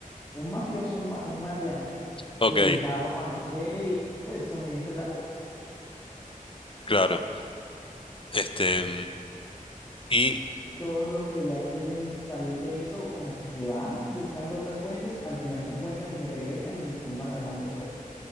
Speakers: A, on the left; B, on the left.
A: un mafioso, un, ma- un maleante,
B: Ok,
A: que les da agua cuando quiere y pues suministra el agua.
B: claro. Este, mm, y...
A: Todos los que ya quieren salir de eso, como que se van buscando otras fuentes, al final lo encuentran y se regresan y tumban al man del poder.